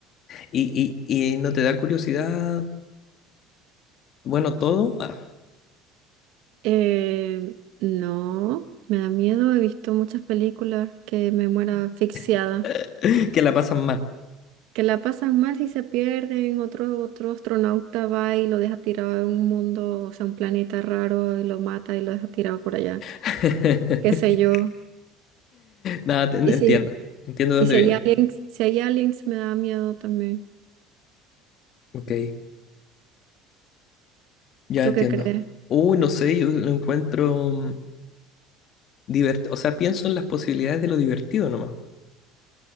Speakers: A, on the left; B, on the right.
A: ¿Y, y, y no te da curiosidad, bueno, todo? Ah,
B: Eh, no, me da miedo. He visto muchas películas que me muera asfixiada,
A: <laughs> que la pasan mal.
B: que la pasan mal si se pierden. Otro, otro astronauta va y lo deja tirado en un mundo, o sea, un planeta raro y lo mata y lo deja tirado por allá.
A: <laughs>
B: Qué sé yo.
A: Nada, te- entiendo.
B: Y si,
A: Entiendo de
B: y
A: dónde
B: si
A: viene.
B: hay aliens, si hay aliens me da miedo también.
A: Ok, ya
B: ¿Tú
A: entiendo.
B: qué crees?
A: Uy, no sé, yo lo encuentro divertido. O sea, pienso en las posibilidades de lo divertido nomás.